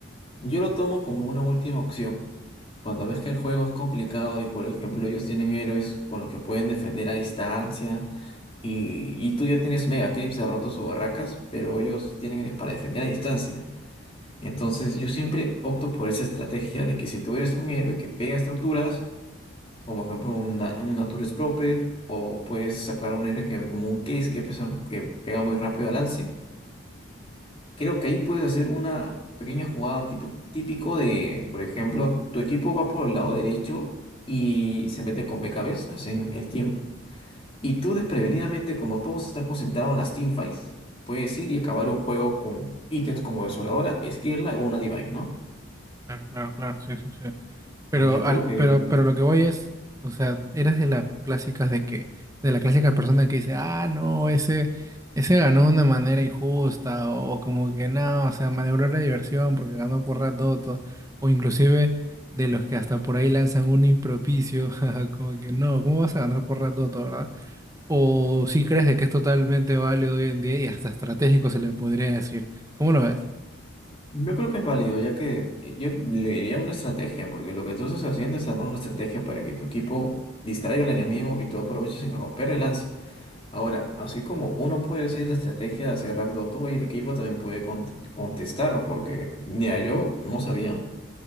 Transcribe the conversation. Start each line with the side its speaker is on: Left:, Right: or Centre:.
Left: Yo lo tomo como una última opción. Cuando ves que el juego es complicado y, por ejemplo, ellos tienen héroes con los que pueden defender a distancia y, y tú ya tienes Mega Creeps, ha roto sus barracas, pero ellos tienen héroes para defender a distancia. Entonces yo siempre opto por esa estrategia de que si tú eres un héroe que pega estructuras, como por ejemplo un, Na- un Nature Prophet, o puedes sacar un héroe que, como un Case que, pesa- que pega muy rápido al lance Creo que ahí puedes hacer una pequeña jugada típico, típico de, por ejemplo, tu equipo va por el lado derecho y se mete con BKBs, hacen el tiempo. Y tú desprevenidamente, como todos están concentrados en las teamfights, puedes ir y acabar un juego con ítems como Desoladora, Esquirla o una Divine, ¿no?
Right: Claro, claro, claro, sí, sí, sí. Pero,
Left: Y yo creo
Right: al-
Left: que,
Right: pero, pero lo que voy es, o sea, eres de las clásicas de que, de la clásica persona que dice, ah, no, ese, ese ganó de una manera injusta, o, o como que no, o sea, malogró la diversión porque ganó por ratoto, o inclusive de los que hasta por ahí lanzan un impropicio, <laughs> jaja, como que no, ¿cómo vas a ganar por ratoto, verdad? O si crees de que es totalmente válido hoy en día y hasta estratégico se le podría decir. ¿Cómo lo ves?
Left: yo creo que es válido, ya que eh, yo le diría una estrategia, porque lo que tú estás haciendo es armar una estrategia para que tu equipo distraiga al enemigo y tú aproveches en romper el lance. Ahora, así como uno puede hacer la estrategia de hacer ragdoll todo y el equipo también puede cont- contestar, porque mira, yo no sabía.